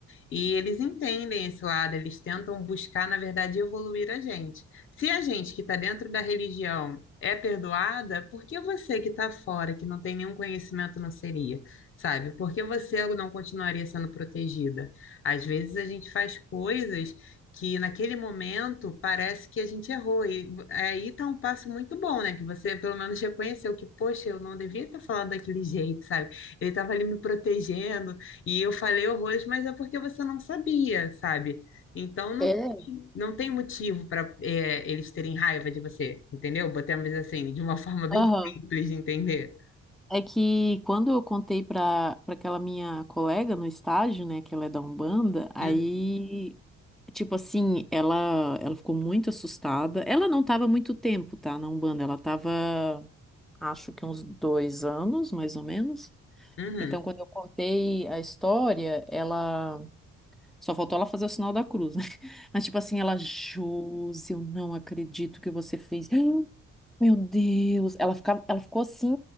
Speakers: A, on the left (about 45°); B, in the centre.
A: E eles entendem esse lado, eles tentam buscar, na verdade, evoluir a gente. Se a gente que está dentro da religião é perdoada, por que você que está fora, que não tem nenhum conhecimento, não seria? Sabe? Por que você não continuaria sendo protegida? Às vezes a gente faz coisas que naquele momento parece que a gente errou. E aí está um passo muito bom, né? Que você pelo menos reconheceu que, poxa, eu não devia ter falado daquele jeito, sabe? Ele estava ali me protegendo, e eu falei horrores, mas é porque você não sabia, sabe? Então não,
B: É.
A: não tem motivo para eles terem raiva de você, entendeu? Botemos assim, de uma <laughs> forma bem
B: Aham.
A: simples de entender.
B: É que quando eu contei para para aquela minha colega no estágio, né, que ela é da Umbanda, aí,
A: Hum,
B: tipo assim, ela ela ficou muito assustada. Ela não tava muito tempo, tá, na Umbanda, ela tava, acho que uns dois anos, mais ou menos.
A: uhum.
B: Então, quando eu contei a história, ela só faltou ela fazer o sinal da cruz, né? <laughs> Mas tipo assim, ela, Josi, eu não acredito que você fez. <gasps> Meu Deus, ela ficava, ela ficou assim,